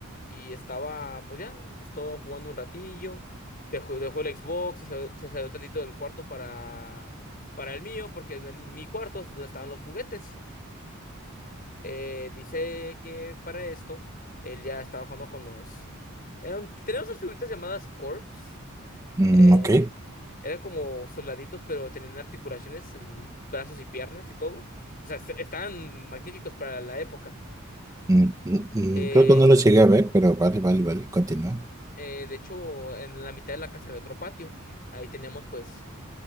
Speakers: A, on the left; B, on the right.
A: Y estaba, pues ya, estuvo jugando un ratillo, dejó, dejó el Xbox, se, sal- se salió tantito del cuarto para, para el mío, porque en el- mi cuarto es donde estaban los juguetes. Eh, dice que para esto, él ya estaba jugando con los... eran- teníamos unas figuritas llamadas Corps.
B: mm,
A: eh,
B: ok.
A: eran como soldaditos, pero tenían articulaciones en brazos y piernas y todo. O sea, est- estaban magníficos para la época.
B: Mm, mm, mm,
A: Eh,
B: Creo que no lo llegué a ver, pero vale, vale, vale. Continúa.
A: Eh, de hecho, en la mitad de la casa había otro patio. Ahí teníamos, pues,